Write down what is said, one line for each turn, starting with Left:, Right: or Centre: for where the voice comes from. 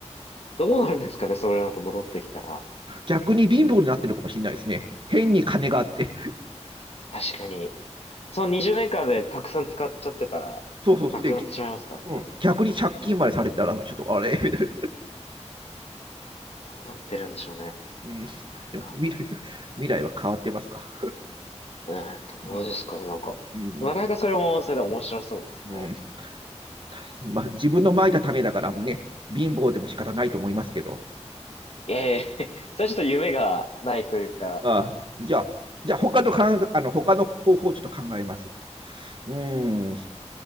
Left: どうなるんですかねそれだと戻ってきたら。
Right: 逆に貧乏になってるかもしれないですね。変に金があって。
Left: 確かに。その20年間でたくさん使っちゃってたら、
Right: そうそうそう。
Left: なくなってしまいますからね。
Right: で、うん、逆に借金までされたら、ちょっとあれみたいな。
Left: どうなってるんでしょうね。なん
Right: うん。
Left: か
Right: でも未 <laughs> 来、は変わってますか。
Left: うん、どうですかね、
Right: う
Left: なんか。
Right: うん。
Left: なかなかそれも、それで面白そうですね。
Right: うん <laughs> まあ、自分のまいた種だからもね、貧乏でも仕方ないと思いますけど。
Left: いやいや <laughs> それはちょっと夢がないというか、
Right: あじゃあ、じゃあ他のかんあの他の方法をちょっと考えます。うーん、